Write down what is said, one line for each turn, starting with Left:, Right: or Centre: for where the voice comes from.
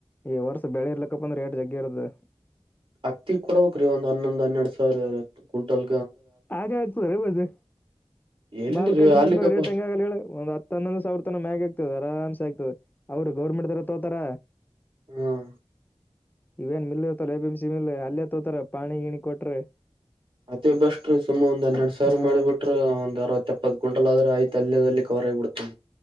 Left: ಈ ವರ್ಷ ಬೆಳೆ ಇರ್ಲಕ್ಕಪ್ಪ ಅಂದ್ರೆ ರೈಟ್ ಜಗ್ಗಿ ಇರದ
Right: ಹತ್ತಿ ಕೊಡ್ಬೇಕಕ್ ರೀ ಒಂದ್ ಹನ್ನೊಂದು ಹನ್ನೆರಡ್ ಸಾವಿರ ಕ್ವಿಂಟಲ್
Left: ಆಚ ಆತ ಬರ ಬದೆ
Right: ಎಲ್ರಿ
Left: ಬಾಲ್ ಕಡಿಮಿದ್ಮ್ಯಾಗ
Right: ಆಲಿಕಪ್ಪ
Left: ರೇಟ್ ಹೆಂಗಾಗಲ್ಲ ಹೇಳ ಒಂದು ಹನ್ನೊಂದು ಸಾವಿರ ತನ ಮ್ಯಾಗ ಆಗ್ತು ಆರಾಮ್ಸೆ ಆಗ್ತು ಅವ್ರು ಗೌರ್ಮೆಂಟ್ ದರ ತೋತಾರ
Right: ಹ್ಮ್
Left: ಇವೇನ್ ಮಲ್ ಇರ್ತಲ್ಲ ಎ ಬಿಮ ಸಿ ಮಲ್ ಅಲ್ಲೇ ತೋತಾರ ಪಾಣಿ ಗಣಿ ಕೊಟ್ರೆ
Right: ಅದೇ ಬೆಸ್ಟ್ ಸುಮ್ ಒಂದ್ ಹನ್ನೆರಡ್ ಸಾವಿರ
Left: ಹ್ಮ
Right: ಮಾಡಿಬ ಬಿಟ್ರ ಒಂದ್ ಅರವತ್ತತ್ಪ್ಪತ್ತು ಕ್ವಿಂಟಲ್ ಆದ್ರೆ ಆಯ್ತ ಅಲ್ಲದಲ್ಲಿ ಕೊರ ಕೊಡ್ತ